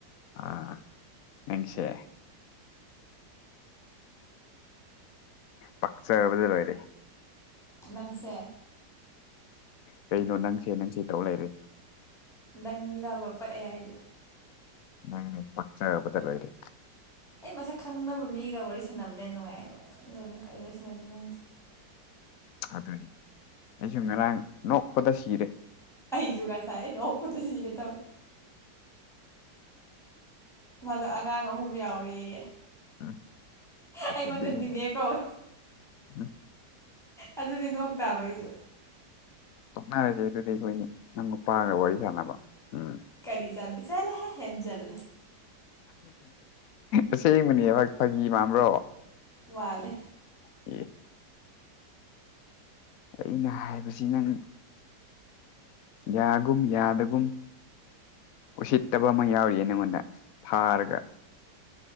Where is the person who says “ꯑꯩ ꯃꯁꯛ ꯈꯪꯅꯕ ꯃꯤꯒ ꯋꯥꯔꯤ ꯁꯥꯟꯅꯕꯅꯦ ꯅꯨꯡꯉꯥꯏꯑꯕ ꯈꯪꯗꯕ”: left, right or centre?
Centre